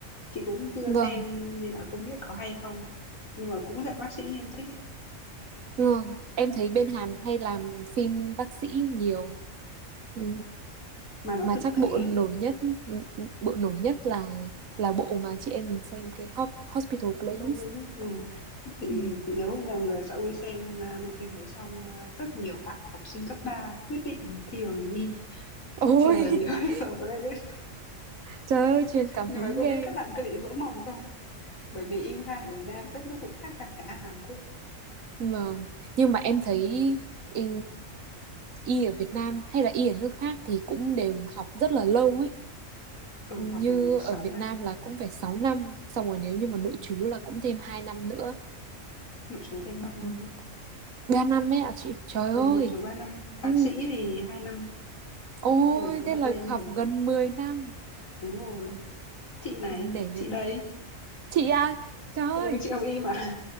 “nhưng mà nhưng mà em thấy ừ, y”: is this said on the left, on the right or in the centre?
Right